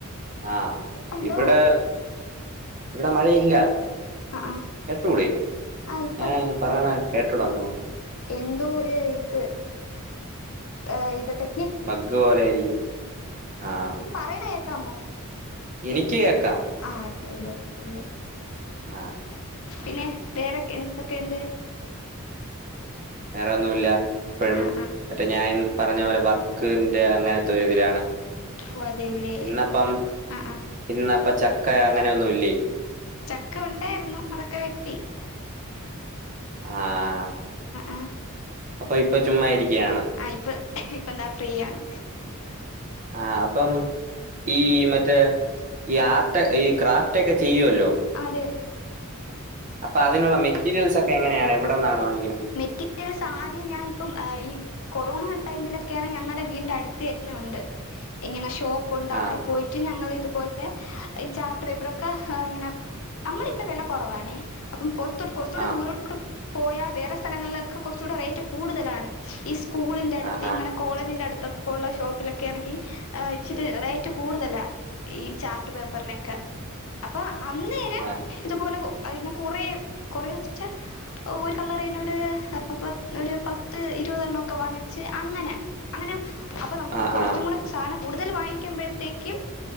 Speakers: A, on the right; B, on the left.
A: ആഹ്
B: ഉണ്ടോ
A: ഇവിടെ ഇവിടെ മഴ ഇല്ല
B: ആഹ് ആഹ്
A: കെട്ടൂടെ
B: ആഹ് ഇപ്പം
A: ഞാൻ പറയണ കേട്ടൂടന്നോ
B: എന്തോ ഒരു ഇത് ഏ ഇത് ടെ
A: ബഗ് പോലെയിരിക്കും ആഹ്
B: <unintelligible> ക്കാമോ
A: എനിക്ക് കേക്കാം
B: ആഹ് അതെ ല്ലേ അതെ ല്ലേ
A: ആഹ്
B: പിന്നേ പേരെക്കെയെന്തൊക്കെണ്ട്?
A: വേറൊന്നുല്ല ഇപ്പഴും
B: ആ ആ
A: മറ്റേ ഞാൻ പറഞ്ഞ പോലെ വർക്കിന്റെ അങ്ങനത്തൊരിതിലാണ്.
B: ഓ അതെല്ലേ
A: ഇന്നപ്പം
B: ആ ആ
A: ഇന്നപ്പ ചക്ക അങ്ങനൊന്നൂല്ലേ?
B: ചക്ക ഉണ്ടായ്രുന്നു അതൊക്ക വെട്ടി.
A: ആഹ്
B: ആഹ്
A: അപ്പ ഇപ്പ ചുമ്മാ ഇരിക്കയാണ്
B: ആഹ് ഇപ്പ് ഇപ്പന്താ ഫ്രീയാണ്.
A: ആഹ് അപ്പം. ഈ മറ്റേ ഈ ആർട്ട് ഈ ക്രാഫ്റ്റൊക്കെ ചെയ്യുവല്ലോ?
B: അതെ
A: അപ്പ അതിനുള്ള മെറ്റീരിയൽസൊക്ക എങ്ങനെയാണ് എവിടെന്നാണ് വാ
B: മെറ്റീരിയൽസാദ്യം ഞാ ഇപ്പം ഈ കൊറോണ ടൈമിലൊക്കേണ് ഞങ്ങട വീടിന്റടുത്ത് തന്നെ ഒണ്ട്. ഇങ്ങന ഷോപ്പൊണ്ട് അവിട
A: ആ
B: പോയി <unintelligible> ഞങ്ങളിതുപോലെ ഈ ചാർട്ട് പേപ്പറൊക്കാ ഇങ്ങനം നമ്മളിവിടെ വെല കൊറവാണേ അപ്പം പൊർത്ത് കൊർച്ചൂടെ
A: ആ
B: ദൂരോ പോയാ വേറെ സ്ഥലങ്ങൾലൊക്കെ കൊർച്ചൂടെ റേയ്റ്റ് കൂടുതലാണ്. ഈ സ്കൂളിന്റട്ത്ത്
A: ആ ആ
B: ഇങ്ങന കോളേജിന്റടുത്തൊക്കൊള്ള ഷോപ്പിലെക്കേണെങ്കീ ഇച്ചിരി റേറ്റ് കൂടുതലാ ഈ ചാ ട്ട് പേപ്പറിനെക്കാ അപ്പ അന്ന്
A: ആഹ്
B: ഇതുപോലെ അയ് ഞാ കൊറേ കൊറേ <unintelligible> ഒരു കളറെന്നെ ഒര് പത് ഒര് പത്ത് ഇരുപതെണ്ണൊക്ക വാങ്ങിച്ച് അങ്ങന അങ്ങനാ അപ്പ നമ്മള്
A: ആ
B: കൊറച്ചും
A: ആ
B: കുടെ സാനം കൂടുതല് വാങ്ങിക്കുമ്പഴ്ത്തേയ്ക്കും